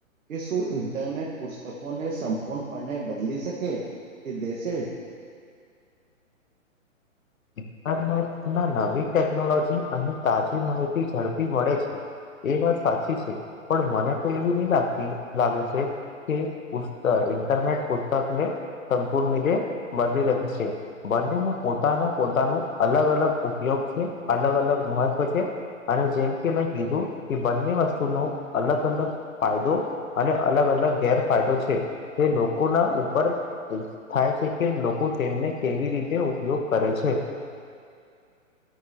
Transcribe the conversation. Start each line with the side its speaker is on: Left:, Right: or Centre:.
Right: કે શું ઇન્ટરનેટ પુસ્તકોને સંપૂર્ણ પણણે બદલી શકે કે દેસે
Left: ઇન્ટરનેટના નવી ટેકનોલોજી અને તાજી માહિતી ઝડપી મળે છે એ વાત સાચી છે પણ મને તો એવું નહી લાગતી લાગે છે કે પુસ્ત ઇન્ટરનેટ પુસ્તકને સંપૂર્ રતે બદલી લખ છે બંનેમાં પોતાના પોતાનું અલગ અલગ ઉપયોગ છે અલગ અલગ મહત્વ છે અને જેમ કે મેં કીધું કે બંને વસ્તુનો અલગ અલગ ફાયદો અને અલગ અલગ અલગ ગેરફાયદો છે તે લોકોના ઉપર થાય છે કે લોકો તેમને રીતે ઉપયોગ કરે છે